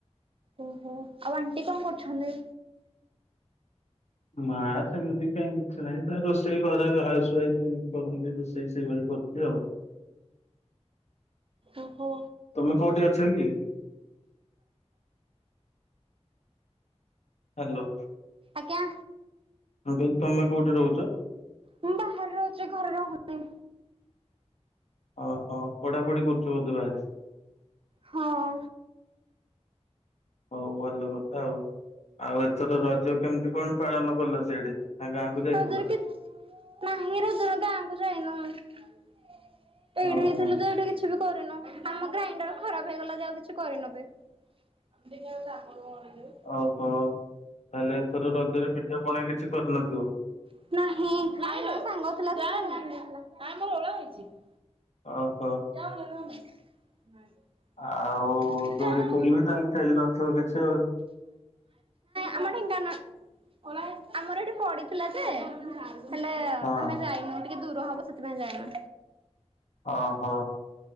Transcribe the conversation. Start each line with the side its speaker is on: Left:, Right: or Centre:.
Right: ଓହୋ ଆଉ ଆଣ୍ଟି କଣ କରୁଛନ୍ତି?
Left: ମା ସେମିତି କାଇଁ କିଛି ନାହିଁ ତା ରୋସେଇ ସେଇ ଘରେ ହାଉସ ୱାଇଫ ଯେମିତି କରନ୍ତି ରୋଷେଇ ସେଇଭଳି କରୁଛି ଆଉ। <inaudible>
Right: ଓହୋ।
Left: ତମେ କୋଉଠି ଅଛ କି? ହ୍ୟାଲୋ।
Right: ଆଜ୍ଞା।
Left: ମୁ କହିଁଲି ତମେ କଉଠି ରହୁଛ?
Right: ମୁଁ ବାହାରେ ରହୁଛି ଘରେ ରହୁନି।
Left: ଓହୋ ପଢ଼ା ପଢ଼ି କରୁଛ ବୋଧେ ବାହାରେ।
Right: ହଁ।
Left: ହଉ ଭଲ କଥା ଆଉ ଏଥର ରଜ କେମିତି କଣ ପାଳନ କଲ ସେଇଠି ଗାଁ? ବୁଲି ଯାଇଥିଲ।
Right: ରଜରେ
Left: <inaudible>
Right: କି ନାହିଁ ରୁଦ୍ର ଗାଁକୁ ଯାଇନୁ ଏଇଠି
Left: ଓହୋ
Right: ହେଇଥିଲୁ ଯୋଉଠି କିଛି। କରିନୁ ଆମ ଗ୍ରାଇଣ୍ଡର ଖରାପ ହେଇଗଲା ଯେ ଆଉ କିଛି କରିନାହାନ୍ତି। <unintelligible>
Left: ଓହୋ ତାହେଲେ ଏଥର ରଜରେ ପିଠା ପଣା କିଛି କରିନଥିବ।
Right: ନାଁ ହିଁ ନାଇଲୋ ଜାନି ନାଇଁ ମୋର ଓଳା ହେଇଛି। <unintelligible>
Left: ଓହୋ।
Right: <unintelligible> ହୁଁ
Left: ଆଉ।
Right: <inaudible> ନାଇଁ
Left: ଦୋଳି ଫୋଳି ବି ତାହେଲେ ଖେଳି ନଥିବ କିଛି ଆଉ।
Right: ଆମ ଢେଙ୍କା ନାଇଁ ଆମର ଏଠି ପଡ଼ିଥିଲା ଯେ ହେଲେ
Left: ହଁ
Right: ଆମେ ଯାଇନୁ ଟିକେ ଦୂର ହବ ସେଥିପାଇଁ ଯାଇନୁ।
Left: ଓହଁ